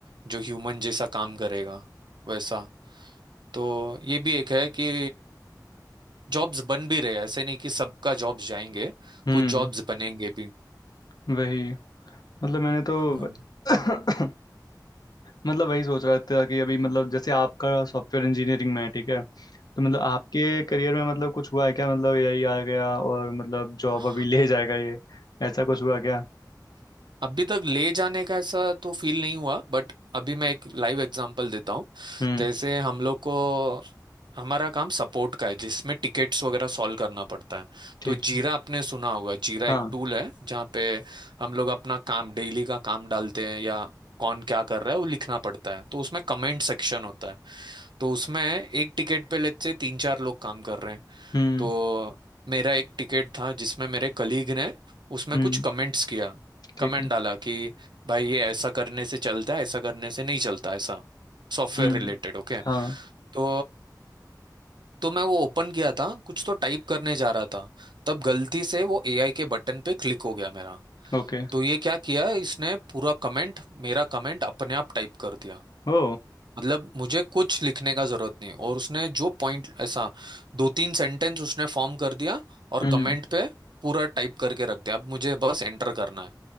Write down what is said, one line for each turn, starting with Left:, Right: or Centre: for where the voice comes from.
Right: जो ह्यूमन जैसा काम करेगा वैसा तो ये भी एक है कि जॉब्स बन भी रहे हैं, ऐसे नहीं कि सबका जॉब्स जाएंगे
Left: हम्म
Right: कुछ जॉब्स बनेंगे भी
Left: वही मतलब मैंने तो
Right: हाँ
Left: <coughs> मतलब वही सोच रहा था कि अभी मतलब जैसे आपका सॉफ्टवेयर इंजीनियरिंग में है ठीक है तो मतलब आपके करियर में मतलब कुछ हुआ है क्या मतलब यही आ गया और मतलब जॉब
Right: हाँ
Left: अभी ले जाएगा ये ऐसा कुछ हुआ क्या
Right: अभी तक ले जाने का ऐसा तो फील नहीं हुआ बट अभी मैं एक लाइव एग्जांपल देता हूँ
Left: हम्म
Right: जैसे हम लोग को हमारा काम सपोर्ट का है जिसमें टिकेट्स वगैरह सॉल्व करना पड़ता है
Left: ठीक
Right: तो जीरा
Left: है
Right: आपने सुना होगा जीरा
Left: हाँ
Right: एक टूल है जहाँ पे हम लोग अपना काम डेली का काम डालते हैं या कौन क्या कर रहा है वो लिखना पड़ता है तो उसमें कमेंट सेक्शन होता है तो उसमें एक टिकट पे लेते से तीन चार लोग काम कर रहे हैं
Left: हम्म
Right: तो मेरा एक टिकट था जिसमें मेरे कलीग ने उसमें
Left: हम्म
Right: कुछ कमेंट्स किया
Left: ठीक
Right: कमेंट
Left: है
Right: डाला कि भाई ये ऐसा करने से चलता है ऐसा करने से नहीं चलता ऐसा सॉफ्टवेयर
Left: हम्म
Right: रिलेटेड ओके
Left: हाँ
Right: तो तो मैं वो ओपन किया था कुछ तो टाइप करने जा रहा था तब गलती से वो एआई के बटन पे क्लिक हो गया मेरा
Left: ओके
Right: तो ये क्या किया इसने पूरा कमेंट मेरा कमेंट अपने आप टाइप कर दिया
Left: ओ
Right: मतलब मुझे कुछ लिखने का जरूरत नहीं और उसने जो पॉइंट ऐसा दो तीन सेंटेंस उसने फॉर्म कर दिया और
Left: हम्म
Right: कमेंट पे पूरा टाइप करके रख दिया अब मुझे बस एंटर करना है